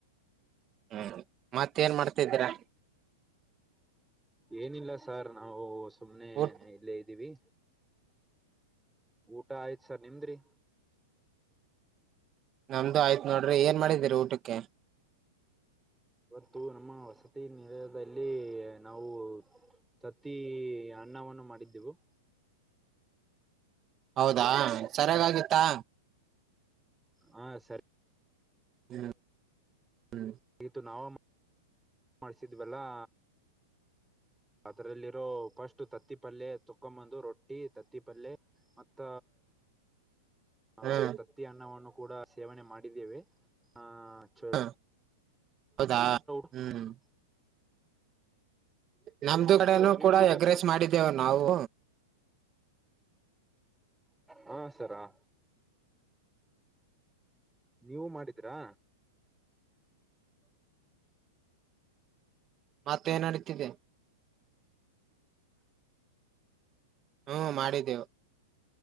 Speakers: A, on the right; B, in the centre.
A: ಹುಂ ಮತ್ತ ಏನ್ ಮಾಡ್ತದ್ದೀರಾ
B: ಏನಿಲ್ಲ ಸಾರ್ ನಾವು ಸುಮ್ನೆ
A: ಊಟ್
B: ಇಲ್ಲೇ ಇದ್ದೀವಿ ಊಟಾ ಆಯ್ತ್ ಸರ್ ನಿಮ್ದ್ ರೀ
A: ನಮ್ದು ಆಯ್ತತ್ ನೋಡ್ರಿ ಏನ್ ಮಾಡಿದೀರಿ ಊಟಕ್ಕೆ
B: ಇವತ್ತು ನಮ್ಮ ವಸತಿ ತಿ ನಿಲಯದಲ್ಲಿ ನಾವು ತತ್ತಿ ಅನ್ನವನ್ನು ಮಾಡಿದ್ದೆವು
A: ಹೌದಾ ಸರಿಯಾಗಾಗಿತ್ತಾ
B: ಹುಂ ಹಾ ಸರಿ
A: ಹ್ಮ್ ಹ್ಮ್
B: ಇದು ನಾವು ಮಾ ಮಾಡ್ಸಿದ್ವಲ್ಲಾ ಅದರಲ್ಲಿರೋ ಫಸ್ಟ್ ತತ್ತಿ ಪಲ್ಯ ತಕೊಂದು ರೊಟ್ಟಿ ತತ್ತಿ ಪಲ್ಲೆ ಮತ್ತ ಹ
A: ಹ್ಮ್
B: ಮತ್ತೆ ತತ್ತಿ ಅನ್ನವನ್ನು ಕೂಡ ಸೇವನೆ ಮಾಡಿದ್ದೇವೆ ಆಹ
A: ಹ್ಮ್ ಹೌದಾ
B: <unintelligible>
A: ಹ್ಮ್ ನಮ್ದು
B: ನಿಮ್ದು
A: ಕಡೆನೂ
B: ನಿಮ್ದು
A: ಕೂಡ
B: ಊಟಾ
A: ಎಗ್ರೆಸ್
B: ಸರ್
A: ಮಾಡಿದ್ದೇವು ನಾವು
B: ಹಾ ಸರ್ ಹಾ ನೀವು ಮಾಡಿದಿರಾ
A: ಮತ್ತೆ ಏನ್ ನಡೀತಿದೆ ಹು ಮಾಡಿದ್ದೇವು